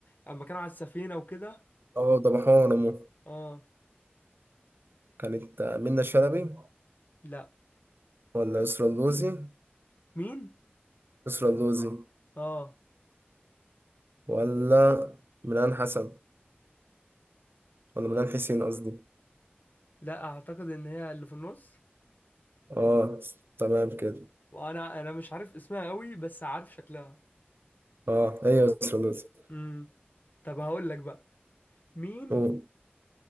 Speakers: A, on the left; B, on the right.
A: اما كانوا على السفينه وكده
B: اه ضبحوها ونمو
A: اه
B: كانت آه، منى شلبي
A: لا
B: ولا يسرا اللوزي؟
A: مين
B: يسرا اللوزي
A: اه
B: ولا ميلان حسن ولا ميلان حسين قصدي
A: لا اعتقد ان هي اللي في النص
B: اه تمام كده
A: وانا انا مش عارف اسمها قوي بس عارف شكلها
B: اه هي سولوزي
A: امم طب هقول لك بقى مين
B: أوه.